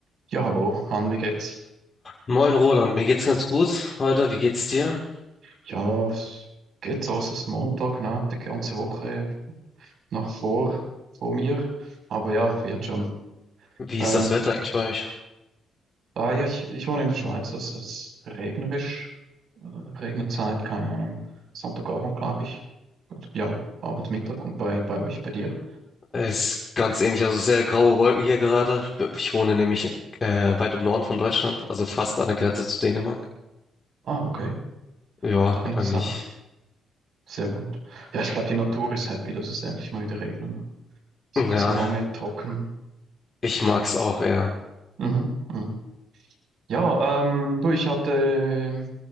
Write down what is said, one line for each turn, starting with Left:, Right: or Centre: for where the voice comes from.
Right: Ja, hallo, Han, wie geht's?
Left: Moin Roland, mir geht's ganz gut heute. Wie geht's dir?
Right: Ja, es geht so, es ist Montag, ne? Die ganze Woche noch vor, vor mir. Aber ja, wird schon.
Left: Wie
Right: Ähm,
Left: ist das Wetter eigentlich bei euch?
Right: ah, ja, ich, ich wohne in der Schweiz, es ist regnerisch. Äh, Regnerzeit, keine Ahnung. Sonntagabend, glaube ich. Und Ja, Abend, Mittag und bei, bei euch, bei dir.
Left: Es ist ganz ähnlich, also sehr graue Wolken hier gerade. Ich wohne nämlich äh, weit im Norden von Deutschland, also fast an der Grenze zu Dänemark.
Right: Ah, okay.
Left: Ja,
Right: Und da regnet
Left: eigentlich.
Right: es auch. Sehr gut. Ja, ich glaube, die Natur ist happy, dass es endlich mal wieder regnet. Es
Left: Ja,
Right: wird so lange trocken.
Left: ich mag's auch eher.
Right: Mhm. mhm. Ja, ähm, du, ich hatte